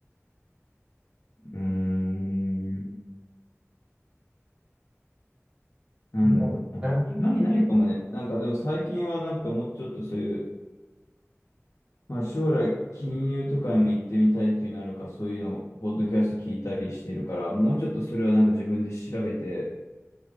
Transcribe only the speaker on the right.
なんかね